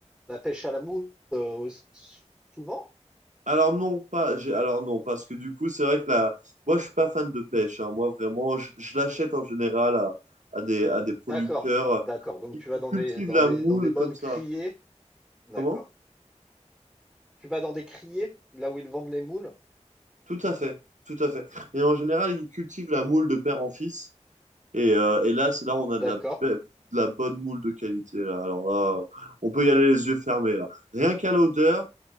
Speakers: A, in the centre; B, on the right (about 85°).
A: la pêche à la mouche euh, souvent?
B: Alors non, pas. J'ai... Alors non, parce que du coup, c'est vrai que là, moi, je suis pas fan de pêche. hein. Moi, vraiment, je, je l'achète en général à, à des, à des producteurs
A: D'accord,
B: euh,
A: d'accord. Donc
B: qui,
A: tu vas
B: qui
A: dans
B: cultivent
A: des dans
B: la
A: des
B: moule
A: dans des bonnes
B: comme ça.
A: criées, d'accord.
B: Comment?
A: Tu vas dans des criées, là où ils vendent les moules,
B: Tout à fait, tout à fait. Et en général, ils cultivent la moule de père en fils. Et, euh, et là, c'est là où on a
A: d'accord,
B: de la, be- de la bonne moule de qualité, là. Alors là, on peut y aller les yeux fermés, là. Rien qu'à l'odeur,